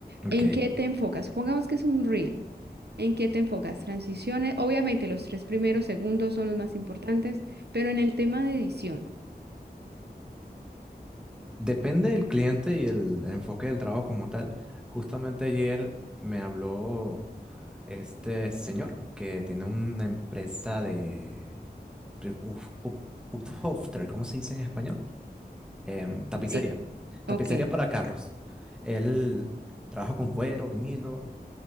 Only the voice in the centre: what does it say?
Ok.
Depende del cliente y el enfoque del trabajo como tal. Justamente ayer me habló este señor que tiene una empresa de de uf- up- Uphofter, ¿cómo se dice en español? Em, tapicería.
Tapicería
para carros. Él trabaja con cuero, vinilo,